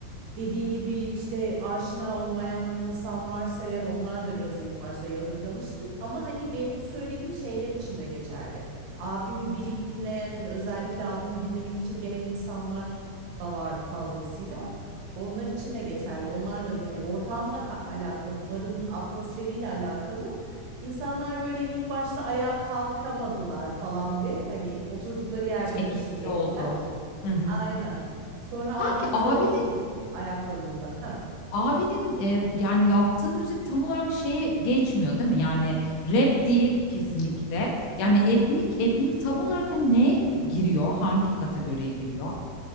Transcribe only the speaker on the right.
Dediğin gibi işte aşina olmayan insan varsa eğer onlar da biraz ilk başta yadırgamıştır. Ama hani benim bu söylediğim şeyler için de geçerli. Abimi bilip dinleyen hani özellikle abimi dinlemek için gelen insanlar da vardı fazlasıyla. Onlar için de geçerli. Onlar da bir hani ortamla ka- alakalı, barın atmosferiyle alakalı İnsanlar böyle bir ilk başta ayağa kalkamadılar falan bir. Hani oturdukları yerden
eşlik ettiler.
Aynen. Sonra
abim söyleyince
ayaklanıldı. Ha.